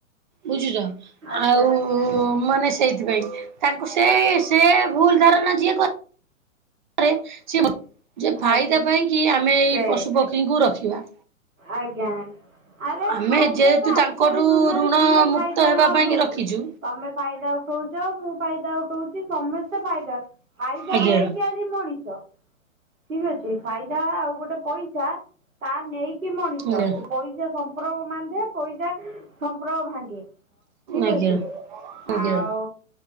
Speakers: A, on the right (about 35°); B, on the right (about 70°).
A: ବୁଝୁଚ?
B: ଆଜ୍ଞା
A: ଆଉ ମାନେ ସେଇଥିପାଇଁ ତାଙ୍କୁ ସେ ସେ ଭୁଲ ଧାରଣା ଯିଏ କରେ ସେଫାଇଦା
B: ଆଜ୍ଞା
A: ପାଇଁକିି ଆମେ ଏଇ
B: ସେ
A: ପଶୁ ପକ୍ଷୀଙ୍କୁ ରଖିବା।
B: ଆଜ୍ଞା। ଆରେ
A: ଆମେ
B: ଫାଇଦାତ
A: ଯେହେତୁ
B: ଆଜିକାଲି
A: ତାଙ୍କଠୁ
B: ଦୁନିଆରେ
A: ଋଣ
B: କିଏ
A: ମୁକ୍ତ
B: ଫାଇଦାନ
A: ହେବା ପାଇଁ
B: ଉଠଉଚ।
A: କି ରଖିଛୁ।
B: ତମେ ଫାଇଦା ଉଠଉଚ ମୁଁ ଫାଇଦା ଉଠଉଚି ସମସ୍ତେ ଫାଇଦା ଫାଇଦା
A: ଆଜ୍ଞା
B: ନେଇକି ଆ ସେ ମଣିଷ। ଠିକ୍ ଅଛି ଫାଇଦା ଆଉ ଗୋଟେ ପଇସା ତା ନେଇକି ମଣିଷ
A: ଆଜ୍ଞା
B: ସେପଇସା ସମ୍ପ୍ରକ ବାନ୍ଧେ ପଇସା ସମ୍ପ୍ରକ ଭାଙ୍ଗେ। ଠିକ୍
A: ଆଜ୍ଞା
B: ଅଛି
A: ଆଜ୍ଞା
B: ଆଉ